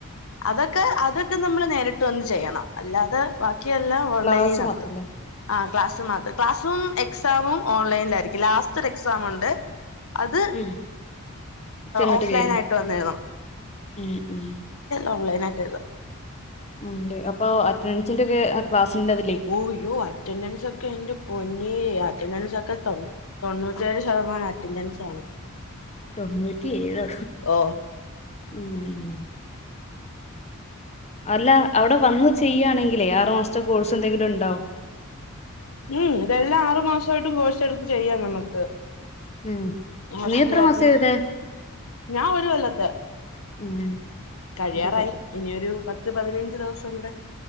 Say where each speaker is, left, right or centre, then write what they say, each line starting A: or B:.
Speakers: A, on the left; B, on the left.
A: അതൊക്കെ അതൊക്കെ നമ്മള് നേരിട്ട് വന്ന് ചെയ്യണം അല്ലാതെ ബാക്കിയെല്ലാം ഓൺലൈനി
B: ക്ലാസ്
A: നടത്തും
B: മാത്രല്ലേ
A: ആഹ് ക്ലാസ് മാത്രം ക്ലാസ്സും എക്സാമും ഓൺലൈനിലായിരിക്കും ലാസ്റ്റ് എക്സാം ഉണ്ട് അത്
B: ഉം ചെന്നിട്ട്
A: ഓഫ്
B: ചെയ്യണം
A: ലൈൻ ആയിട്ട് വന്ന് എഴുതണം
B: ഉം ഉം
A: ഓൺലൈന ആയിട്ട് എഴുതാം
B: ഉണ്ട് അപ്പൊ അറ്റൻഡൻസിന്റെ ഒക്കെ ആ ക്ലാസിന്റെത്
A: ഓയ്യോ അറ്റൻഡൻസ് ഒക്കെന്റെ പൊന്നേ അറ്റൻഡൻസ് ഒക്കെ തോ തൊണ്ണൂറ്റിയേഴ് ശതമാനം അറ്റൻഡൻസ് ആണ്
B: തൊണ്ണൂറ്റിയോ
A: ഓ
B: ഉം അല്ല അവിടെ വന്ന് ചെയ്യണെങ്കിലേ ആറുമാസത്തെ കോഴ്സ് എന്തെങ്കിലും ഉണ്ടാവോ
A: ഉം ഇതെല്ലാം ആറു മാസമായിട്ടും കോഴ്സ് എടുത്ത് ചെയ്യാം നമക്ക്
B: ഉം
A: <unintelligible>
B: നീ എത്ര മാസം ചെയ്തേ
A: ഞാൻ ഒരു കൊല്ലത്ത്
B: ഉം
A: കഴിയാറായി
B: ഇരുപത്
A: ഇനിയൊരു പത്ത് പതിനഞ്ച് ദിവസം കൂടെ